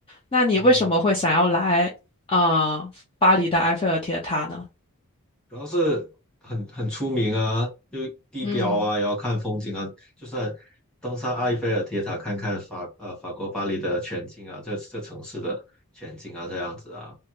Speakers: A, on the left; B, in the centre.
A: 那你为什么会想要来呃巴黎的埃菲尔铁塔呢？
B: 嗯。主要是很很出名啊，就地标啊，
A: 嗯
B: 然后看风景啊，就算登上埃菲尔铁塔看看法呃法国巴黎的全景啊，这这城市的全景啊，这样子啊，